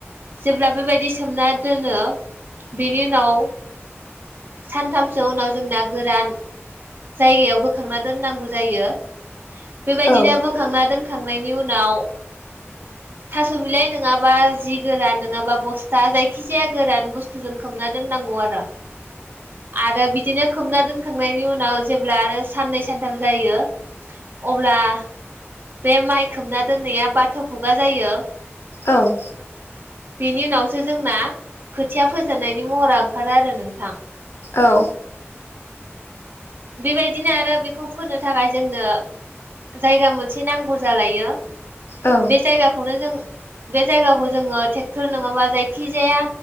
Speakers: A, on the right (about 50°); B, on the left (about 55°).
A: जेब्ला बेबा दि सोमना दोनो बेनि उनाव सानथामसो उनाव जोंना गोरान जायगायाव बोखांना दोननांगौ जायो। बेबायदिनो
B: औ
A: बोखांना
B: औ
A: दोन खांनायनि उनाव थास' बिलाइ नङाबा जि गोरान नङाबा बस्था जायखि जाया गोरान बुस्थुजों खोबना दोननांगौ आरो। आरो बि दिनो खोबना दोनखांनायनि उनाव जेब्ला आरो साननै सानथाम जायो अब्ला बे माइ खोमना दोननाया बाथ' खुगा जायो।
B: औ
A: बेनि उनावसो जोंना खोथिया फोजेननायनि महरा ओंखारो आरो नोंथां।
B: औ
A: बेबायदिनो आरो बेखौ फोनो थाखाय जोंनो जायगा मोनसे नांगौ जालायो।
B: औ
A: बे जायगाखौनो जों बे जायगाखौ जोङो टे क्टर नङाबा जायखिजाया